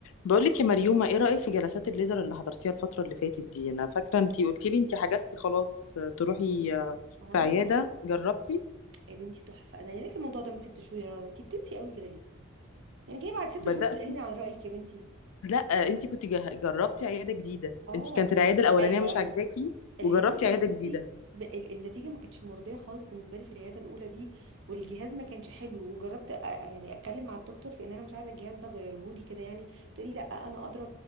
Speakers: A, on the left; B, on the right.
A: بقولك يا مريومة ايه رأيك في جلسات الليزر اللي حضرتيها الفترة اللي فاتت دي انا فاكرة انتي قلتي لي انتي حجزتي خلاص آه، تروحي آه،
B: اه
A: في عيادة جربتي
B: يا بنتي تحفه انا قايله لك الموضوع ده من ست شهور يا رنا انت بتنسي قوي كده ليه يعني جايه بعد ست
A: بدأت
B: شهور تساليني عن رايك يا بنتي
A: لا آه، انتي كنت جه- جربتي عيادة جديدة
B: اه
A: انتي كانت العيادة الأولانية
B: ايوه
A: مش
B: ايوه
A: عاجباكي
B: العياده
A: وجربتي
B: الاولى
A: عيادة
B: بصي
A: جديدة
B: ب- ال- النتيجه ما كانتش مرضيه خالص بالنسبه لي في العياده الاولى دي والجهاز ما كانش حلو وجربت أ- أ- يعني اتكلم مع الدكتور في ان انا مش عايزه الجهاز ده غيره لي كده يعني تقولي لا انا ادرى